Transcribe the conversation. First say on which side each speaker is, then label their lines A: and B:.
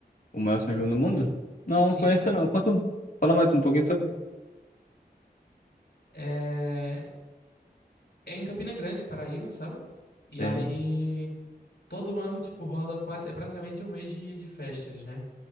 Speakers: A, on the left; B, on the left.
A: O maior São João do mundo? Não,
B: Sim.
A: conheço não. Quanto... Fala mais um pouquinho sobre.
B: É, é em Campina Grande, Paraíba, sabe? E
A: É,
B: aí todo ano, tipo, rola quase... é praticamente um mês de de festas, né?